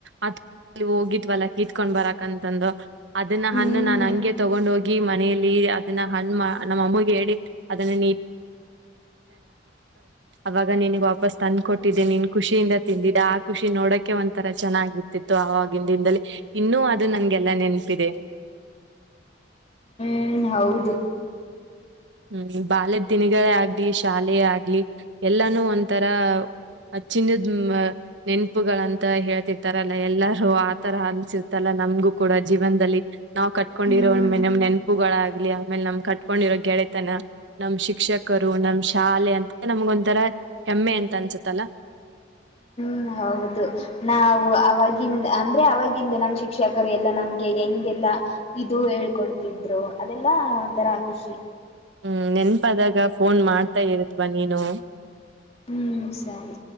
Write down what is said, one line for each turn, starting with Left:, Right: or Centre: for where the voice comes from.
Right: ಅ. ಹೋಗಿದ್ವಲ್ಲ ಕೀತ್ಕೊಂಡ್ ಬರಕ್ಂತಂದು ಅದನ್ನ
Left: ಹ್ಮ್
Right: ಹಣ್ಣು ನಾನ್ ಹಂಗೆ ತಗೊಂಡ್ ಹೋಗಿ ಮನಲಿ. ಅದನ್ನ ಹಣ ನಮ್ಮಅಮ್ಮ ಮ್ಗೆ ಹೇಳಿ ಅದನ್ನ ನೀ. ಅವಾಗ ನಿನಗೆಾ <unintelligible> ಪಸ್ ತಂದ ಕೊಟ್ಟಿದ್ದೆ ನಿನ್ ಖುಷಿಯಿಂದ ತಿಂದಿದ್ದ ಆ ಖುಷಿ ನೋಡಕೆಒಂತರ ಚೆನ್ನಾಗಿತಿತ್ತು ಆವಾಗಿನ ದಿಂದದಲ್ಲಿ. ಇನ್ನೂ ಅದು ನನ್ಗೆಲ್ಲಾ ನೆನ್ಪಿದೆ.
Left: ಹು ಹೌದು
Right: ಹ್ಮ್ ಬಾಲ್ಯದ್ ದಿನಿಗಳೇ ಆಗ್ಲಿ ಶಾಲೆ ಆಗ್ಲಿ ಎಲ್ಲಾನು ಒಂತರಾ. ಚಿನ್ನದ್ ನೆನಪುಗಳಂತ ಹೇಳ್ತಿರ್ತಾರಲ್ಲ ಎಲ್ಲಾರೂ ಆತರ ಅನ್ಸಿರ್ತಲ್ಲ. ನಮ್ಗೂ ಕೂಡ ಜೀವನದಲ್ಲಿ ನಾವ್ ಕಟ್ಕೊಂಡಿರೋ
Left: ಹ್ಮ್
Right: ನೆನ್ಪುಗಳಾಗ್ಲಿ ಆಮೇಲೆ ನವ್ ಕಟ್ಕೊಂಡಿರೋ ಗೆಳೆ ತನ ನಮ್ ಶಿಕ್ಷಕರು ನಮ್ ಶಾಲೆ ಅಂತ ನಮ್ಗ ಒಂಥರ ಹೆಮ್ಮೆ ಅಂತ ಅನ್ಸತ್ತಲ್ಲ. <inaudible>
Left: ಹು ಹೌದು ನಾವು ಅವವಾಗಿಂದ್ ಅಂದ್ರೆ ಅವವಾಗಿಂದ ನಮ್ ಶ ಶಿಕ್ಷಕರು ಎಲ್ಲಾ ನಮ್ಗೆ ಹೆಂಗೆಲ್ಲಾ ಇದು ಹೇಳ್ಕೊಡ್ತಿದ್ರು ಅದೆಲ್ಲಾ ಒಂಥರಾ ಖುಷಿ.
Right: ಹ್ಮ್ ನೆನ್ಪಾದಾಗ ಫೋನ್ ಮಾಡ್ತಾ ಇರ್ತ್ವಾ ನೀನು.
Left: ಹ್ಮ್ ಸರಿ